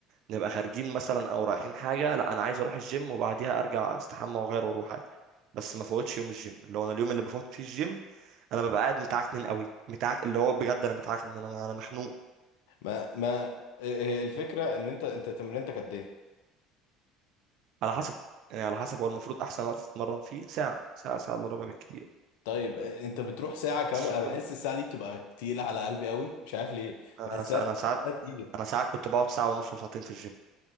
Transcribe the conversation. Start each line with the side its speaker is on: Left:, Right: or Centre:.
Right: نبقى خارجين مثلا او رايحين حاجه لا انا عايز اروح الجيم وبعديها ارجع استحمى واغير واروح عادي بس ما فوتش يوم الجيم اللي هو انا اليوم اللي بفوت فيه الجيم انا ببقى قاعد متعكنن قوي متعك اللي هو بجد انا متعكنن انا انا مخنوق
Left: ما ما هي الفكره ان انت انت تمرينتك قد ايه
Right: على حسب يعني على حسب هو المفروض احسن وقت تتمرن فيه ساعه ساعه ساعه الا ربع بالكتير
Left: طيب آه، انت بتروح ساعه كامله
Right: بس كل
Left: انا بحس الساعه دي بتبقى تقيله على قلبي قوي مش عارف ليه
Right: انا
Left: بحسها
Right: سا- انا ساعات
Left: بحسها تقيله
Right: انا ساعات كنت بقعد ساعه ونص وساعتين في الجيم